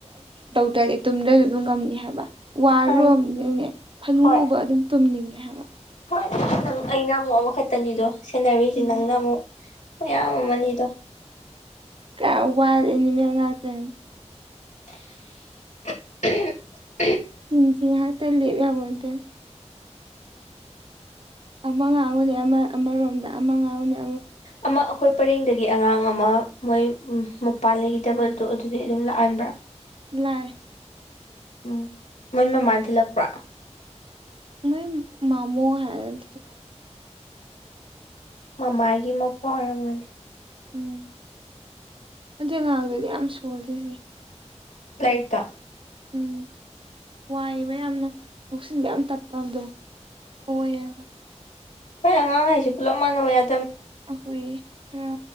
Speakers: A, on the right (about 45°); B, on the left (about 85°).
A: ꯒꯥꯔꯤ ꯇꯨꯝꯗ꯭ꯔꯁꯨ ꯑꯗꯨꯝ ꯉꯝꯅꯤ ꯍꯥꯏꯕ ꯋꯥꯔꯨꯔꯔꯕꯅꯤꯅꯅꯦ
B: ꯎꯝ
A: ꯐꯅꯉꯨꯕ
B: ꯍꯣꯏ
A: ꯑꯗꯨꯝ ꯇꯨꯝꯅꯤꯡꯉꯦ ꯍꯥꯏꯕ
B: ꯍꯣꯏ ꯅꯪ ꯑꯩꯅ ꯑꯃꯨꯛ ꯑꯃꯈꯛꯇꯅꯤꯗꯣ ꯁꯦꯟꯅꯔꯤꯁꯦ
A: ꯎꯝ
B: ꯅꯪꯅ ꯑꯃꯨꯛ ꯃꯌꯥꯝ ꯑꯃꯅꯤꯗꯣ
A: ꯀ ꯋꯥꯏꯜ ꯑꯦꯅꯤꯃꯦꯜ ꯉꯥꯛꯇꯅꯤ
B: <inaudible>
A: ꯆꯤꯡ ꯆꯤꯡ ꯍꯥ ꯇ ꯂꯦ ꯍꯥꯏꯕꯣꯟꯗ ꯑꯃ ꯉꯥꯡꯕꯨꯅꯦ ꯑꯃ ꯑꯃꯔꯣꯝꯗ ꯑꯃ ꯉꯥꯡꯅꯦ
B: ꯑꯃ ꯑꯩꯈꯣꯏ ꯄꯔꯦꯡꯗꯒꯤ ꯑꯉꯥꯡ ꯑꯃ ꯃꯣꯏ ꯃꯄꯥꯟ ꯂꯩꯈꯤꯗꯕꯗꯣ ꯑꯗꯨꯗꯤ ꯑꯗꯨꯝ ꯂꯥꯛꯑꯟꯕ꯭ꯔꯥ
A: ꯂꯏ
B: ꯎꯝ ꯃꯣꯏ ꯃꯃꯥꯟ ꯊꯤꯜꯂꯛꯄ꯭ꯔ
A: ꯃꯣꯏ ꯃꯃꯨ ꯍꯥꯏ
B: ꯃꯃꯥꯏꯒꯤ ꯃꯄ ꯑꯣꯏꯔꯝꯃꯅꯤ
A: ꯎꯝ ꯑꯗꯨꯗ ꯉꯥꯡꯗꯗꯤ ꯌꯥꯝ ꯁꯣꯜꯜꯂꯤꯣꯏꯁꯦ
B: ꯂꯩꯥꯏꯇꯥ
A: ꯎꯝ ꯋꯥꯏꯑꯕ ꯌꯥꯝꯅ ꯀꯣꯛꯁꯤꯟꯕ ꯌꯥꯝ ꯇꯞꯄ ꯑꯗꯣ ꯍꯕ
B: ꯍꯉꯥꯡ ꯍꯥꯏꯁꯤꯦ ꯄꯨꯂꯞ ꯃꯅ ꯌꯥꯦ
A: ꯑꯩꯈꯣꯏ ꯈꯔ